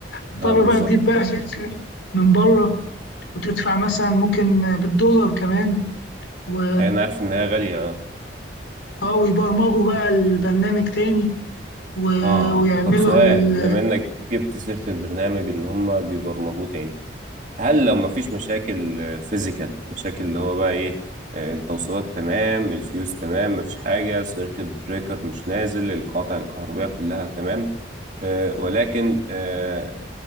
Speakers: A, on the left (about 75°); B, on the right (about 40°).
A: تضطر
B: اه بالظبط
A: بقى تجيب بقى شركة من بره وتدفع مثلا ممكن بالدولار كمان و
B: يعني انا عارف ان هي غاليه اه
A: اه ويبرمجوا بقى البرنامج تاني و...
B: اه
A: ويعملوا
B: آه. طب سؤال
A: ال...
B: بما انك جبت سيره البرنامج ان هم بيبرمجوه تاني هل لو مفيش مشاكل فيزيكال مشاكل اللي هو بقى ايه آه، التوصيلات تمام الفيوز تمام مفيش حاجة سيركت بريكر مش نازل القاطع الكهربائية كلها تمام آه، ولكن آه،